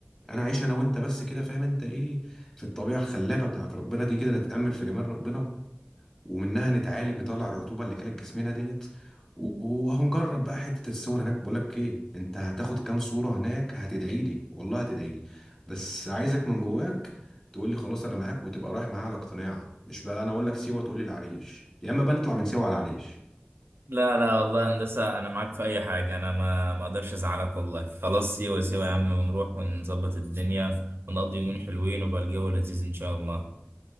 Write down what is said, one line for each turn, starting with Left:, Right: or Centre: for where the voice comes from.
Left: انا عايش انا وانت بس كده فاهم انت ايه في الطبيعة الخلابة بتاعت ربنا دي كده نتأمل في جمال ربنا ومنها نتعالج نطلع الرطوبه اللي كانت جسمنا ديت وهنجرب بقى حته الصور هناك بقول لك ايه انت هتاخد كام صوره هناك هتدعي لي والله هتدعي لي بس عايزك من جواك تقول لي خلاص انا معاك وتبقى رايح معايا على اقتناع مش بقى انا اقول لك سيوه تقول لي العريش يا اما بقى نطلع من سيوه على العريش
Right: لا لا والله هندسة انا معاك في اي حاجة انا ما ما اقدرش ازعلك والله خلاص سيوة سيوة يا عم ونروح ونظبط الدنيا ونقضي يومين حلوين وبقى الجو لذيذ ان شاء الله